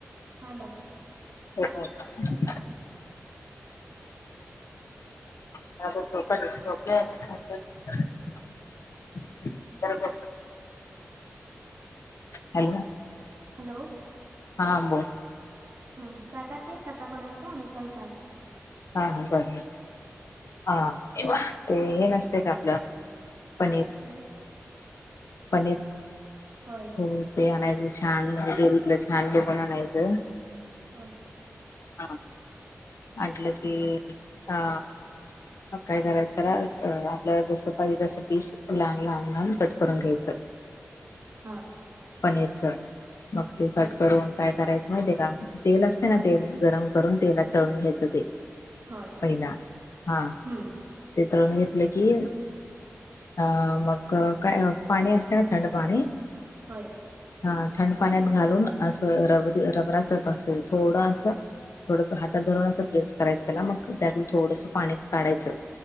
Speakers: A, on the right (about 60°); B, on the left (about 70°).
A: हॅलो.
B: ओकाा. ोप <inaudible> हॅलो
A: हॅलो
B: हां बोल
A: हा सागाात ये कचा बनयचा आम्ही पण करतो.
B: हा ह बर हा ते हे नसते का आपलं पनीर
A: काय
B: पनीर
A: होय
B: हो ते आणायचं छान म्हणजे देरीतलं छान लोघन आणायचं
A: हो.
B: हा अटलं की अ हो काय करायच त्याला आपलं जसं पाजस पी लहान लहान लहान कट करून घ्यायचं.
A: हा
B: पनीरच मग ते
A: हा
B: कट करून काय करायचं माहिती आहे का तेल असते ना
A: होय
B: तेल गरम करून तेलात तळून घ्यायचं ते
A: होय
B: पहिला हा
A: हम्म
B: ते तर घेतलं की ह मग काय पाणी असते ना थंड पाणी
A: होय.
B: हा थंड पाण्यात घालून असं रब रबरास पाास थोडं असं थोडं हातात धरून असं प्रेस करायचं त्याला मग त्यातून थोडंस पाणी काढायचं